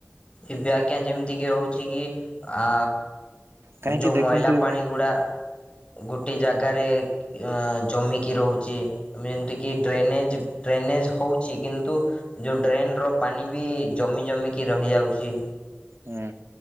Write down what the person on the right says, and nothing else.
କାହିଁକି
ଦେଖନ୍ତୁ
ହୁଁ
ହୁଁ